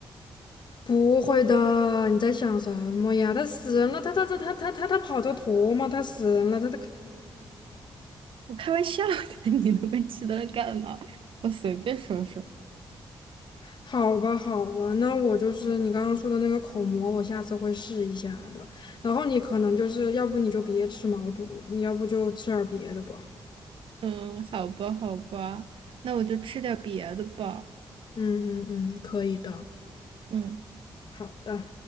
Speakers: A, on the left; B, on the right.
A: 不会的，你在想什么呀？他死人了，他他他他他他他跑得脱吗？他死人了，他他。
B: 我开玩笑的，<laughs> 你那么激动干嘛？我随便说说。
A: 好吧，好吧，那我就是你刚刚说的那个口蘑，我下次会试一下的。然后你可能就是要不你就别吃毛肚了，你要不就吃点儿别的吧。
B: 嗯，好吧，好吧，那我就吃点别的吧。
A: 嗯嗯嗯，可以的，
B: 嗯。
A: 好的。